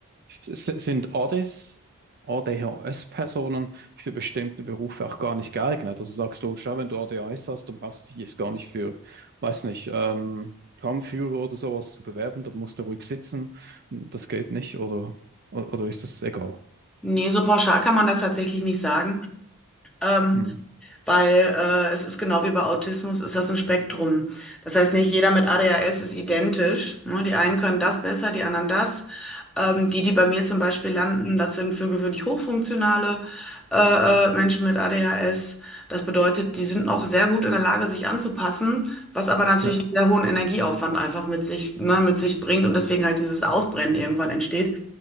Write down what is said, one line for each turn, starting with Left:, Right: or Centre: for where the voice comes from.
Right: S- Sind ADES, A D H S personen für bestimmte Berufe auch gar nicht geeignet? Also sagst du, schau, wenn du A D H S hast, dann brauchst du dich jetzt gar nicht für, weiß nicht, ähm, Tramführer oder sowas zu bewerben, dann musst du ruhig sitzen. Das geht nicht, oder, oder, oder ist das egal?
Centre: Nee, so pauschal kann man das tatsächlich nicht sagen. Ähm,
Right: Hm.
Centre: weil äh, es ist genau wie bei Autismus, ist das ein Spektrum. Das heißt, nicht jeder mit ADHS ist identisch. Ne? Die einen können das besser, die anderen das. Ähm, die, die bei mir zum Beispiel landen, das sind für gewöhnlich hochfunktionale äh, äh, Menschen mit ADHS. Das bedeutet, die sind auch sehr gut in der Lage, sich anzupassen, was aber natürlich
Right: Ja.
Centre: einen sehr hohen Energieaufwand einfach mit sich, ne, mit sich bringt und deswegen halt dieses Ausbrennen irgendwann entsteht.